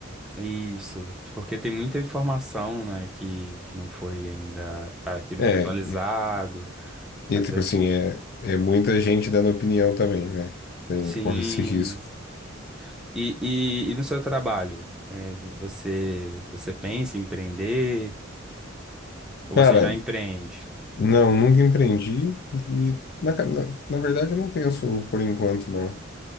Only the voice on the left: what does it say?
É,
e
tipo
assim, é, é muita gente dando opinião também, né? Tem,
corre esse risco.
Cara,
não, nunca empreendi e, na, na, na verdade, eu não penso por enquanto, não.